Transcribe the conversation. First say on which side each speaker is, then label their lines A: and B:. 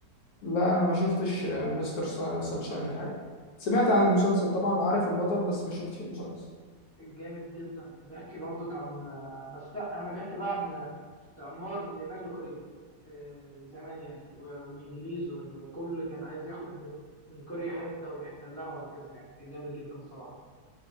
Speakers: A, on the left; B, on the left.
A: لا انا ما شفتش مستر سانشاين الحقيقه سمعت
B: آه،
A: عن المسلسل طبعا وعارف البطل بس ما شفتش المسلسل
B: جامد جدا بيحكي برضك عن آه، بس لا انا بيحكي بقى عن استعمار اليابان لكوريا آه، زمان يعني و- والانجليز وان كل كان عايز ياخد من كوريا حته وبيحتلها وهكذا يعني كان جامد جدا صراحه